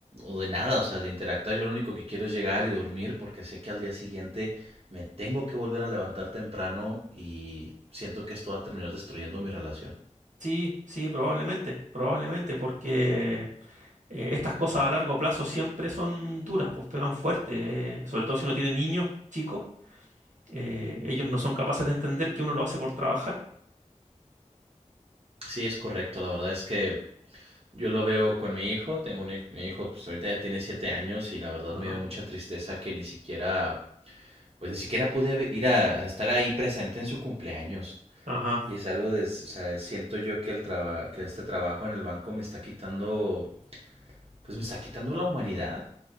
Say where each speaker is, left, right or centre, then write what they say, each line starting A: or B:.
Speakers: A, on the right; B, on the right.
A: o de nada, o sea, de interactuar. Yo lo único que quiero es llegar y dormir porque sé que al día siguiente me tengo que volver a levantar temprano y siento que esto va a terminar destruyendo mi relación.
B: Sí, sí, probablemente, probablemente, porque eh, estas cosas a largo plazo siempre son duras, pues pegan fuerte, eh, sobre todo si uno tiene niños chicos, eh, ellos no son capaces de entender que uno lo hace por trabajar.
A: Sí, es correcto. La verdad es que yo lo veo con mi hijo. Tengo un hijo, mi hijo pues ahorita ya tiene siete años y la verdad
B: Ajá,
A: me dio mucha tristeza que ni siquiera, pues ni siquiera pude haber- ir a, a estar ahí presente en su cumpleaños.
B: ajá.
A: Y es algo de, o sea, siento yo que el traba- que este trabajo en el banco me está quitando, pues me está quitando la humanidad.